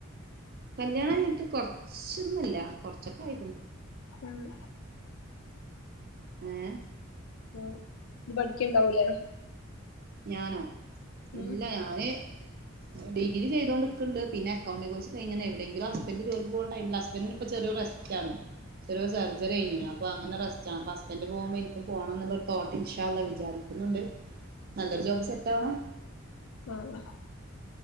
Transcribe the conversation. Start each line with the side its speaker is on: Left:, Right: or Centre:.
Right: കല്യാണം കയ്ഞ്ഞിട്ട് കൊർച്ചൊന്നല്ല കൊർച്ചൊക്കായ്ക്ക്ണ്.
Left: ആഹ്
Right: ഏഹ്
Left: ഉ ഇയ് പഠിക്ക്ണ്ടാവുലേ?
Right: ഞാനോ
Left: ഉം
Right: ഇല്ല ഞാന് ഡിഗ്രി ചെയ്തോണ്ട്ക്ക് ണ്ട്, പിന്നക്കൗണ്ട് കോഴ്സ് കയ്ഞ്ഞ്ണ്, എവിടെങ്കിലും ഹസ്ബൻഡ് ജോലിക്ക് പോകാൻ ടൈമില്ല. ഹസ്ബൻറിന് ഇപ്പൊ ചെറിയൊര് റസ് റ്റാണ്. ചെറ്യോര് സർജറി കഴിഞ്ഞ്ണ്. അ അപ്പൊ അങ്ങനെ റസ്റ്റാണ്. അപ്പൊ ഹസ്ബന്റ് പോകുമ്പോ ഇൻക്കും പോണംന്നുള്ളൊരു തോട്ട് ഇൻഷാ അള്ളാ വിചാരിക്കുന്നുണ്ട്. നല്ലൊരു ജോബ് സെറ്റാവണം.
Left: ആഹ് ആഹ്